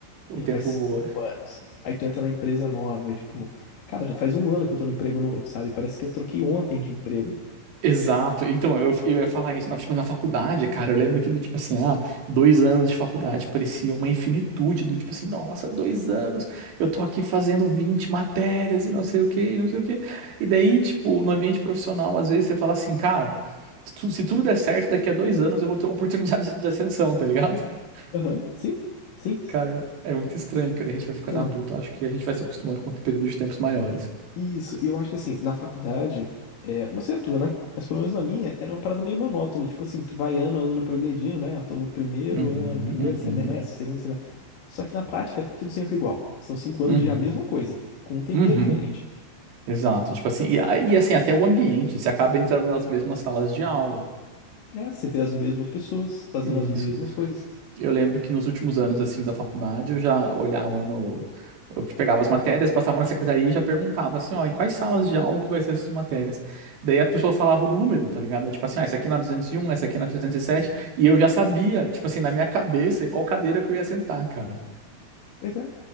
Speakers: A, on the right (about 60°); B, on the left (about 55°).
A: O
B: Já
A: tempo
B: faz
A: voa.
B: cinco anos. Aí tu entra na empresa nova e, tipo, cara, já faz um ano que eu tô no emprego novo, sabe? Parece que eu troquei ontem de emprego.
A: Exato. Então, eu, eu ia falar isso. Na, tipo, na faculdade, cara, eu lembro que do tipo assim, ah, dois anos de faculdade parecia uma infinitude, do tipo assim, nossa, dois anos, eu tô aqui fazendo 20 matérias e não sei o quê, e não sei o quê. E daí, tipo, no ambiente profissional, às vezes você fala assim, cara, se, tu- se tudo der certo, daqui a dois anos eu vou ter uma oportunidade de, de ascensão, tá ligado? <laughs>
B: Aham, sim, sim.
A: Cara, é muito estranho, que daí a gente vai
B: Então,
A: ficando adulto, eu acho que a gente vai se acostumando com períodos de tempos maiores.
B: isso. E eu acho que, assim, na faculdade, é, não sei a tua, né? Mas pelo menos na minha, era uma parada meio monótona. Tipo assim, tu vai ano a ano progredindo, né? Eu tô no primeiro
A: Uhum,
B: ano, primeiro
A: uhum,
B: semestre, segundo semestre. Só que na prática é tudo sempre igual. São cinco anos
A: uhum,
B: de a mesma coisa, com um tempero
A: uhum.
B: diferente.
A: Exato, tipo assim, e, a- e assim, até o ambiente, você acaba entrando nas mesmas salas de aula.
B: É, você vê as mesmas pessoas fazendo
A: Isso.
B: as mesmas coisas.
A: Eu lembro que nos últimos anos, assim, da faculdade, eu já olhava no. Eu pegava as matérias, passava na secretaria e já perguntava assim, ó, em quais salas de aula que vai ser essas matérias? Daí a pessoa falava o número, tá ligado? Tipo assim, ah, essa aqui na duzentos e um essa aqui na 307, e sete, e eu já sabia, tipo assim, na minha cabeça, qual cadeira que eu ia sentar, cara.
B: Pois é.